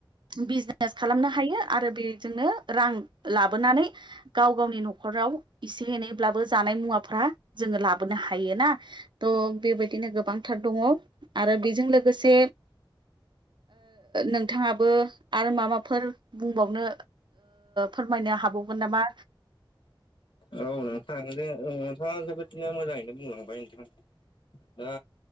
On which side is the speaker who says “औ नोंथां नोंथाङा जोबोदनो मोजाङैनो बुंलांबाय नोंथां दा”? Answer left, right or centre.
Left